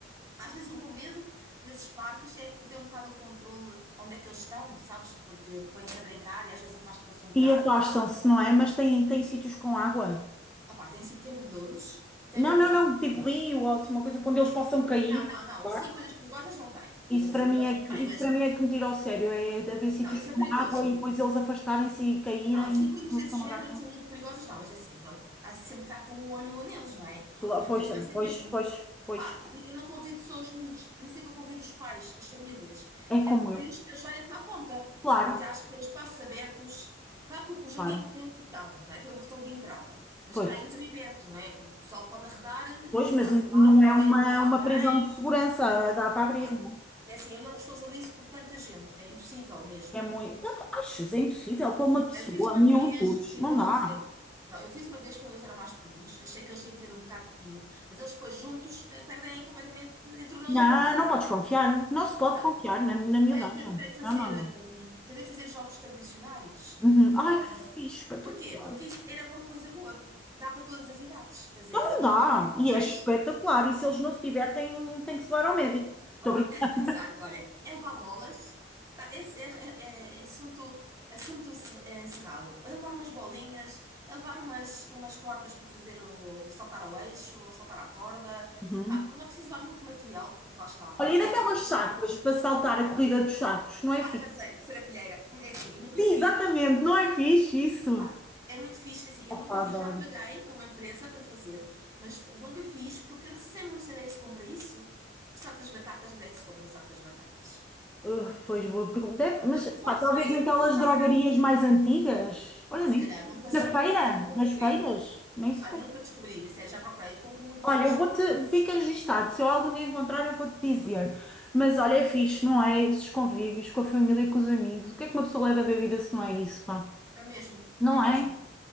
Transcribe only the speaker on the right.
Às vezes o meu medo nesses parques é perder um bocado o controle onde é que eles estão, sabes? Porque põem-se a brincar e às vezes afastam-se um bocado.
Ah pá, tem sido, tem bebedouros, tem
um laguinho
Não,
não, não.
Sim, coisas perigosas não tem. Coisas
assim
perigosas
não
tem,
mas
não, isso é
perigoso.
Não, assim, coisas
desse
género,
assim, muito perigosas não, mas é assim, pronto, há sempre que estar com um olho neles, não é?
E o
que eu faço é
mesmo,
pá, vi- eu não convido só os miúdos, por isso é que eu convido os pais, as famílias,
que
é para
eles te ajudarem a tomar conta,
porque acho que em espaços abertos, claro que o o jardim
tem um portão, não é? Tem um portão de entrada, mas
que está entreaberto, não é? O pessoal pode arredar e
safar,
podem
levar
alguém,
Claro.
É assim, eu não me responsabilizo por tanta gente, é impossível mesmo.
Eu fiz uma
vez, e
vou-te
dizer, não, eu fiz uma vez quando eles eram mais pequeninos, que achei que eles iam ter um bocado de tino, mas eles depois juntos eh, perdem completamente, entram na loucura.
Não,
pá, eu tentei fazer,
hum, tentei fazer jogos tradicionais
com...
Porquê? Porque isso era uma coisa boa, porque dá para todas as idades, quer dizer,
são jogos
tradicionais.
Opa,
<laughs> exato, olha, Eva Bolas, tá, esse é, é- é é assunto, assunto se- é encerrado. É levar umas bolinhas, é levar umas, umas cordas para fazer o, o saltar ao eixo, ou saltar à corda.
Pá, não é preciso levar muito material, porque lá está, uma
pessoa
já tem
que levar-
Ah,
já sei, serapilheira. É assim, eu nunca
fiz.
Pá, é muito fixe, assim,
eu nunca fiz,
já paguei a uma empresa para fazer, mas nunca fiz, porque eu sinceramente não sei onde é que se compra isso. O saco das batatas, onde é que se compra o saco das batatas?
Eu que faço
é
ir comprar.
Ah,
se calhar, nunca, se-
nunca,
sei, nunca descobri.
Pá, nunca descobri. É sério, já procurei. Eu compro muito
nos.
É mesmo,
é mesmo,